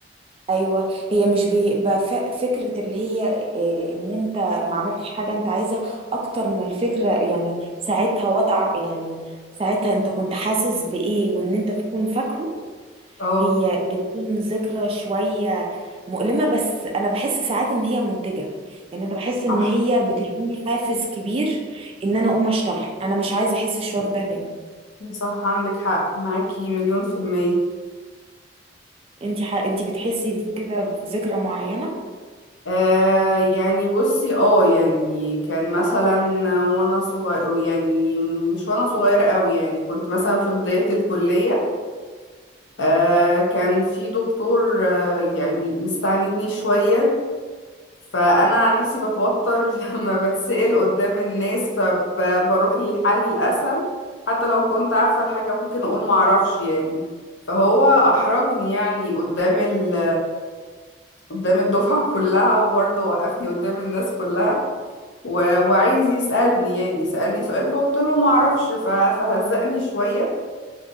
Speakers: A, on the right; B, on the left.
A: ايوه هي مش بيبقى ف- فكره اللي هي إيه، ان انت ما عملتش حاجه انت عايزها اكتر ما الفكره يعني ساعتها وضع يعني ساعتها انت كنت حاسس بايه وان انت تكون فاكره
B: اه
A: هي بتكون ذكرى شوية مؤلمة بس أنا بحس ساعات إن هي منتجة يعني أنا بحس إن
B: صح
A: هي بتديني حافز كبير إن أنا أقوم أشتغل أنا مش عايزة أحس الشعور ده تاني
B: صح عندك حق معاكي مليون في المية
A: أنتي ح... أنتي بتحسي كده بذكرى معينة؟
B: آه يعني بصي اه يعني كان مثلا وانا صغير يعني مش وانا صغيرة قوي يعني كنت مثلا في بداية الكلية آه كان في دكتور آه يعني مستعندني شوية فانا عن نفسي بتوتر <laughs> لما بتسأل قدام الناس فبروح للحل الاسهل حتى لو كنت عارفة الحاجة ممكن اقول معرفش يعني فهو احرجني يعني قدام ال قدام الدفعة <laughs> كلها وبرضه وقفني قدام الناس كلها و... وعايز يسألني يعني سألني سؤال فقلت له ما اعرفش ف... فهزقني شوية